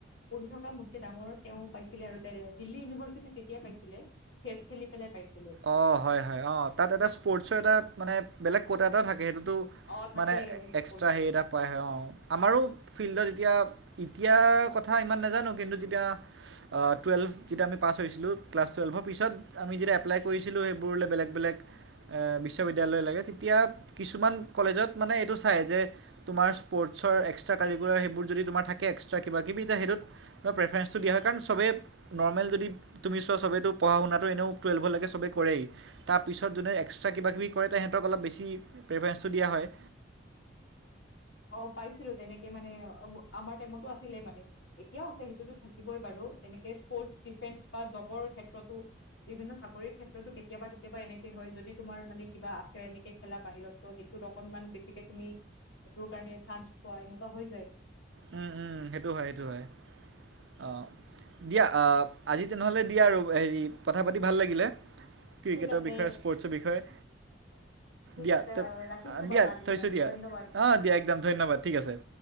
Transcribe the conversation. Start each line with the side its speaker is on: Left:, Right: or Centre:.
Left: পঢ়ি থকা মোতকে ডাঙৰ তেওঁ পাইছিলে আৰু দিল্লী ইউনিভাৰ্চিটি তেতিয়াই পাইছিলে। চেছ খেলি পেলাই পাইছিলে।
Right: অ' হয় হয়, অ' তাত এটা স্পৰ্টছৰ এটা মানে বেলেগ ক'টা এটাও থাকে সেইটোতো
Left: অ থাকে
Right: মানে
Left: স্পৰ্টচৰ
Right: এক্সট্ৰা হেৰি এটা পাই <unintelligible> আমাৰো ফিল্ডত এতিয়া এতিয়াৰ কথা ইমান নাজানো কিন্তু যেতিয়া আ, টুৱেলভ যেতিয়া আমি পাছ হৈছিলোঁ, ক্লাছ টুৱেলভৰ পিছত আমি যেতিয়া এপ্লাই কৰিছিলোঁ সেইবোৰলে বেলেগ বেলেগ এ, বিশ্ববিদ্যালয়লৈকে তেতিয়া কিছুমান কলেজত মানে এইটো চাই যে তোমাৰ স্পৰ্টৰ এক্সট্ৰা কাৰাৰিকুলাৰ সেইবোৰ যদি তোমাৰ থাকে এক্সট্ৰা কিবা কিবি তে সেইটোত তোমাৰ প্ৰেফাৰেঞ্চটো দিয়া হয় কাৰণ চবেই নৰ্মেল যদি তুমি চোৱা চবেইতো পঢ়া শুনাটো এনেও টুৱেলভলৈকে চবেই কৰেই তাৰপিছত যোনে এক্সট্ৰা কিবাকিবি কৰে তেহঁতক অলপ বেছি প্ৰেফাৰেঞ্চটো দিয়া হয়।
Left: অ', পাইছিলোঁ তেনেকে মানে অম-আমাৰ টাইমতো আছিলে মানে। এতিয়াও আছে সেইটোতো থাকিবই বাৰু তেনেকে স্পৰ্টচ ডিফেন্স বা জবৰ ক্ষেত্ৰতো বিভিন্ন চাকৰিৰ ক্ষেত্ৰতো কেতিয়াবা কেতিয়াবা এনেকে হয় যদি তোমাৰ মানে কিবা আছে এনেকে খেলা বাহিৰত। ত সেইটোত অকণমান বেছিকে তুমি সেইটোৰ কাৰণে চান্স পোৱা এনেকুৱা হৈ যায়।
Right: উম, উম, সেইটো হয়, সেইটো হয় অ'। দিয়া অ', আজি তেনেহ'লে দিয়া আৰু হেৰি কথা পাতি ভাল লাগিলে। ক্ৰিকেটৰ
Left: ঠিক আছে
Right: বিষয়ে, স্পৰ্টছৰ বিষয়ে।
Left: ঠিক
Right: দিয়া,
Left: আছে ৰাখিছো
Right: দিয়া,
Left: বাৰু আজিৰ
Right: থৈছোঁ
Left: কাৰণে
Right: দিয়া অ',
Left: ধন্যবাদ
Right: দিয়া একদম ধন্যবাদ ঠিক আছে।